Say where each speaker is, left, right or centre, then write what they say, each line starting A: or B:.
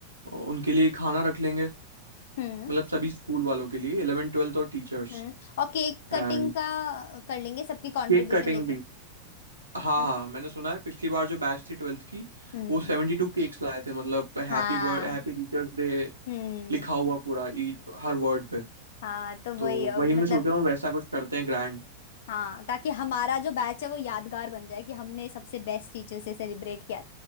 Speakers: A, on the right; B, on the left.
A: उनके लिए खाना रख लेंगे
B: हम्म
A: मतलब सभी स्कूल वालों के लिए इलेवन ट्वेल्थ और टीचर्स
B: हम्म और केक
A: एंड
B: कटिंग का अ, कर लेंगे सबकी कंट्रीब्यूशन
A: केक कटिंग
B: लेके
A: भी
B: है
A: हाँ
B: ना
A: हाँ मैंने सुना है पिछली बार जो बैच थी ट्वेल्थ की
B: हम्म
A: वो सेवेंटी टू केक्स लाए थे मतलब happy
B: हाँ
A: birth happy teachers day
B: हम्म
A: लिखा हुआ पूरा ई हर वर्ड पे
B: हाँ तो वही
A: तो
B: अ,
A: वही
B: मतलब
A: मैं सोच रहा हूँ वैसा कुछ करते हैं ग्रैंड
B: हाँ ताकि हमारा जो बैच है वो यादगार बन जाए कि हमने सबसे बेस्ट टीचर से सेलिब्रेट किया